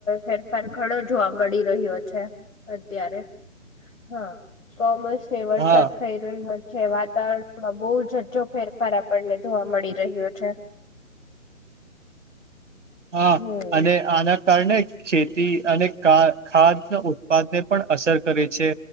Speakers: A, on the left (about 80°); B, on the right (about 70°).
A: ફેરફાર ઘણો જોવા મળી રહ્યો છે. અત્યારે. હા, કોમસને વરસાદ
B: હા
A: થઈ રહ્યો છે. વાતાવરણમાં બહુ જજો ફેરફાર આપણને જોવા મળી રહ્યો છે. <inaudible>
B: હા
A: હમ
B: અને આના કારણે ખે તી અને ખાદ ઉત્પાદને પણ અસર કરે છે.